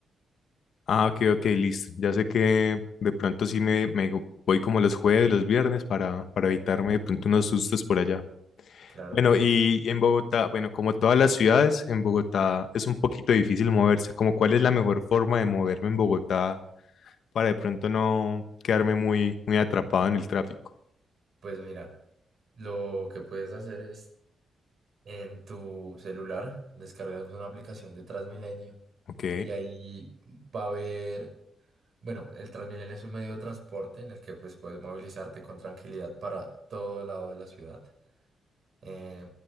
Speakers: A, on the left (about 70°); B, on the right (about 55°).
A: Ah, ok, ok, listo. Ya sé que de pronto sí me, me voy como los jueves, los viernes para, para evitarme de pronto unos sustos por allá.
B: Claro
A: Bueno,
B: que sí.
A: y en Bogotá, bueno, como todas las ciudades, en Bogotá es un poquito difícil moverse. Como cuál es la mejor forma de moverme en Bogotá para de pronto no quedarme muy, muy atrapado en el tráfico.
B: Pues mira, lo que puedes hacer es en tu celular, descargas una aplicación de Transmilenio
A: Ok,
B: y ahí va a haber, bueno, el Transmilenio es un medio de transporte en el que pues puedes movilizarte con tranquilidad para todo lado de la ciudad. Eh,